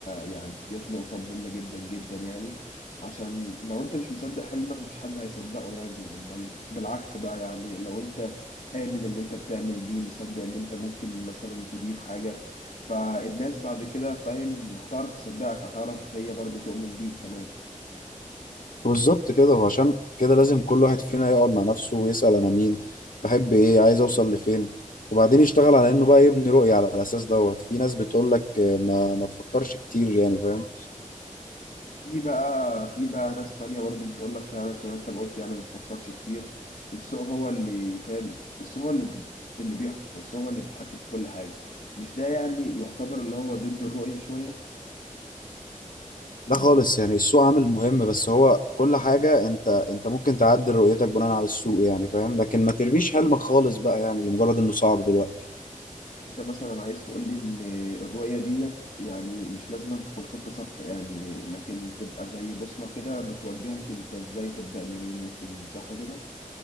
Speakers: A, on the left; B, on the left.
A: يعني ديت نقطة مهمة جدا جدا يعني عشان لو انت مش مصدق حلمك مفيش حد هيصدقه يعني امال بالعكس بقى يعني لو انت آمن اللي انت بتعمل ليه مصدق اللي انت ممكن مثلا تضيف حاجة فالناس بعد كده فاهم هتعرف تصدقك هتعرف هي برضه تؤمن بيك كمان
B: بالظبط كده وعشان كده لازم كل واحد فينا يقعد مع نفسه ويسأل أنا مين بحب إيه عايز أوصل لفين وبعدين يشتغل على إنه بقى يبني رؤية على الأساس دوت في ناس بتقول لك ما ما تفكرش كتير يعني فاهم
A: في بقى في بقى ناس تانية برضو بتقول لك فعلا عشان انت ما قلت يعني ما تفكرش كتير والسوق هو اللي فاهم السوق هو اللي بي اللي بيحكم والسوق هو اللي بيتحكم في كل حاجة مش ده يعني يعتبر اللي هو ضد الرؤية شوية
B: لا خالص يعني السوق عامل مهم بس هو كل حاجة أنت أنت ممكن تعدل رؤيتك بناء على السوق يعني فاهم لكن ما ترميش حلمك خالص بقى يعني لمجرد إنه صعب دلوقتي
A: يعني انت مثلا عايز تقول لي ان الرؤية ديت يعني مش لازم أن تكون خطة ثابتة يعني لكن تبقى زي بوصلة كده بتوجهك انت ازاي تبدأ منين وفين صح كده